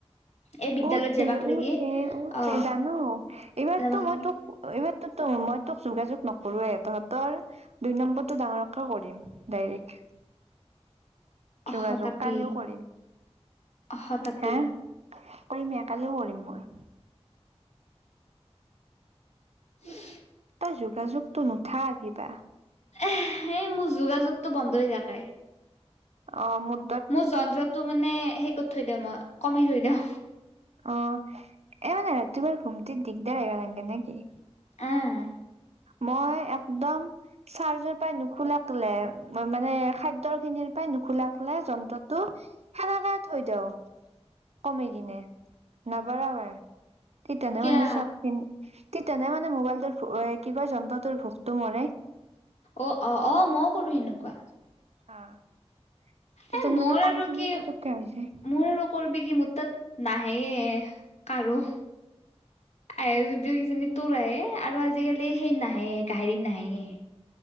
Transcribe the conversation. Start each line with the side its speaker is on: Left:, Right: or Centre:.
Left: এই বিদ্যালয়ত
Right: উঠে
Left: যাবাক লাগি
Right: উঠে উঠে
Left: অ
Right: জানো এইবাৰতো
Left: যাবাক
Right: মই
Left: লাগি
Right: তোক এইবাৰোতো মই তোক যোগাযোগ নকৰোৱে তহঁতৰ দুই নম্বৰটো ডাঙৰকৈ কৰিম ডাইৰেক্ট। যোগাযোগ
Left: অহ তাপি
Right: কালিও কৰিম
Left: অহ তাপি
Right: হা কৰিমে কালিও কৰিম মই।
Left: হুচ
Right: তই যোগাযোগতো নুঠা কিবা
Left: এহ ইেই মোৰ, যোগাযোগটো বন্ধয় থাকে।
Right: অ', মোত
Left: মোৰ যন্ত্ৰটো মানে, সেই কৰি থৈ দিওঁ মই, কমি থৈ দিওঁ।
Right: অ', এ মানে ৰাতিুপুৱাৰ ঘুমিতিত দিগদাৰ আহিব নালগে নে কি।
Left: উম।
Right: মই একদম চাৰ্জৰ পাই, নুখোলেকলে মই মানে, খাদ্য খিনিৰ পৰাই, নুখুলকে যন্ত্ৰটো সাৰে থৈ দিও। কমি কিনে, নাবাৰ আৰু তেনে
Left: কিয়া
Right: মানে চবখিনি কি তেনে মানে, মোবাইলটোৰ কি কয় যন্ত্ৰটোৰ ভোকতটো মৰে।
Left: অ', অ', অ', মইও কৰো সেনেকুৱা।
Right: অ', তেতিয়া
Left: এ মোৰ
Right: মানে কাম
Left: আৰু
Right: খিনি,
Left: কি
Right: পুতোকে হয় যায়।
Left: মোৰ আৰু কৰবি কি মোৰ তাত, নাহে কাৰো। আহে যদিও কিজানি তোৰ আহে, আৰু আজিকালি সেই নাহে গাহৰি নাহায়ে।